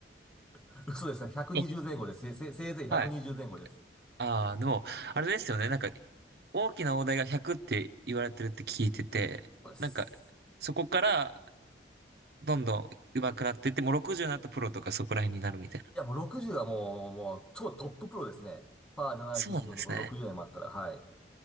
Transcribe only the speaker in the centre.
<laughs> 嘘ですね。120前後です。
せ、せ、せいぜい120前後です。
そうです。
いや、もう60はもう、もう、超トッププロですね。パー72のところ60代もあったら、
はい。